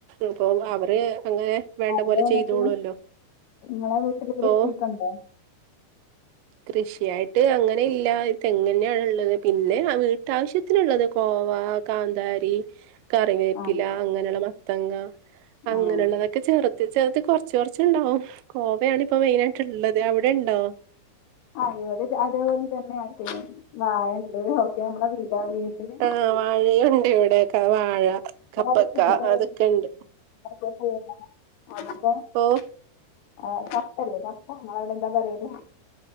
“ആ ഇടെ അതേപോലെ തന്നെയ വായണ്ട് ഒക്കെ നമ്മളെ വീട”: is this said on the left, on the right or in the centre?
Left